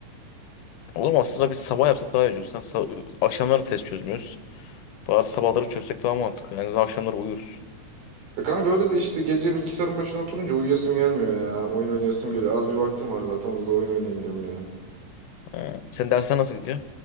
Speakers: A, on the left; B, on the right.
A: Oğlum aslında biz sabah yapsak daha iyi olur. Sen sa- akşamları test çözmüyoruz. Bari sabahları çözsek daha mantıklı. En azından akşamları uyuruz.
B: Ya kanka öyle de işte gece bilgisayarın başına oturunca uyuyasım gelmiyor ya. Oyun oynayasım geliyor. Az bir vaktim var zaten. Onda da oyun oynayayım diyorum yani.
A: Sen Senin dersler nasıl gidiyor?